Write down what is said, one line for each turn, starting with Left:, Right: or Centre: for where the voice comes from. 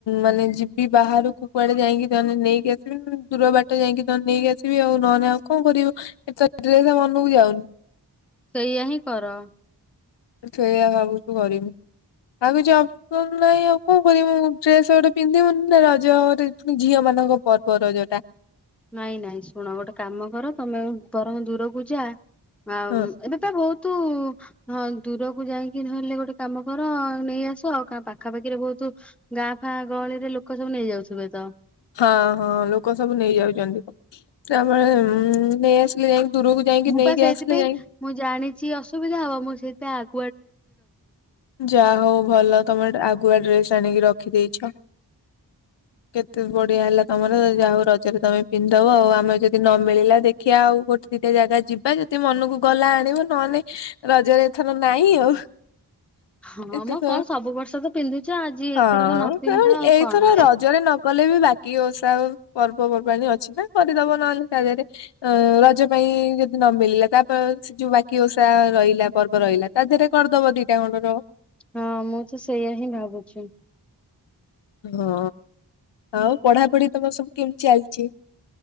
Left: ମାନେ ଯିବି ବାହାରୁକୁ କୁଆଡେ ଯାଇଁକି ତାହେଲେ ନେଇକି ଆସିବି ଦୂର ବା ଟ ଯାଇଙ୍କି ତତେ ନେଇକି ଆସିବି ଆଉ ନହେନେ ଆଉ କଣ କରିବି, ଡ୍ରେସ୍ ତ ମନୁକୁ ଯାଉନି।
Centre: ସେଇଆ ହିଁ କର।
Left: ସେଇଆ ଭାବୁଚି କରିବି, ଆଉ କିଛି ଅ <unintelligible> ନାହିଁ ଆଉ କଣ କରିବି, ମୁଁ ଡ୍ରେସ୍ ଗୋଟେ ପିନ୍ଧିବୁନି ନା ରଜରେ ପୁଣି ଝିଅ ମାନଙ୍କ ପର୍ବ ରଜ ଟା।
Centre: ନାଇଁ-ନାଇଁ ଶୁଣ ଗୋଟେ କାମ କର ତମେ ବରଂ ଦୂରକୁ ଯା, ଆଉ
Left: ହଁ
Centre: ଏବେ ତ ବହୁତୁ ହଁ ଦୂରକୁ ଯାଇଁକି ନହେଲେ ଗୋଟେ କାମ କର ନେଇଆସ ଆଉ <unintelligible> ପାଖାପାଖିରେ ବହୁତୁ ଗାଁ ଫାଁ ଗହଳିରେ ଲୋକ ସବୁ ନେଇଯାଉଥିବେ ତ?
Left: ହଁ-ହଁ ଲୋକସବୁ ନେଇଯାଉଚନ୍ତି, ତାପରେ ନେଇ ଆସିଲେ ଦୂରକୁ ଯାଇଁକି
Centre: ମୁଁ
Left: ନେଇକି
Centre: ପା ସେଇଥିପାଇଁ
Left: ଆସିଲେ ଯାଇ
Centre: ମୁଁ ଜାଣିଚି ଅସୁବିଧା ହବ, ମୁଁ ସେଇତ ଆଗ
Left: ଯାହଉ ଭଲ ତମେ ଆଗୁଆ ଡ୍ରେସ୍ ଆଣିକି ରଖିଦେଇଛ। କେତେ ବଢିଆ ହେଲା ତମର ଯାହଉ ରଜରେ ତମେ ପିନ୍ଧଦବ ଆଉ <unintelligible> ଯଦି ନ ମିଳିଲା ଦେ ଦେଖିଆ ଆଉ ଗୋଟେ ଦିଟା ଜାଗା ଯିବା ଯଦି ମନକୁ ଗଲା ଆଣିବ ନହେଲେ ରଜରେ ଥ ନାଇଁ ଆଉ।
Centre: ହଁ
Left: ଏତେଥର
Centre: ମ କଣ ସବୁ ବର୍ଷ ତ ପିନ୍ଧୁଛ ଆଜି
Left: ହଁ
Centre: ଏଥରକ ନ ପିନ୍ଧ ଆଉ
Left: ଏଇଥର
Centre: କଣ
Left: ରଜରେ ନଗଲେ ବି ବା କି ଓଷା ଆଉ ପର୍ବପର୍ବାଣି ଅଛି ନା କରିଦବ ନହେଲେ ତା ଦେରେ। ଅଁ ରଜ ପାଇଁ ଯଦି ନ ମିଳିଲା ତାପ ସେ ଯୋଉ ବାକି ଓଷା ରହିଲା ପର୍ ର୍ବ ରହିଲା ତା ଦେରେ କର୍ଦବ ଦିଟା <unintelligible>
Centre: ହଁ ମୁଁ ତ ସେଇୟା ହିଁ ଭାବୁଛି।
Left: ହଁ ଆଉ ପଢାପଢି ତମର ସବୁ କେମିତି ଚାଲ୍ଚି?